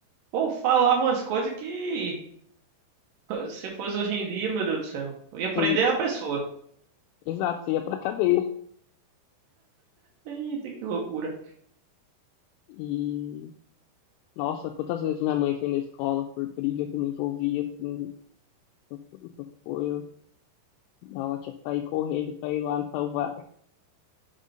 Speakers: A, on the right; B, on the left.
A: Pô, falava umas coisas que <laughs> se fosse hoje em dia, meu Deus do céu. Eu ia prender
B: que-
A: a pessoa.
B: exato, você ia pra cadeia.
A: Eita, que loucura.
B: E, nossa, quantas vezes minha mãe foi na escola por briga que eu me envolvia, assim, essas essas coisas. Ela tinha que sair correndo pra ir lá me salvar.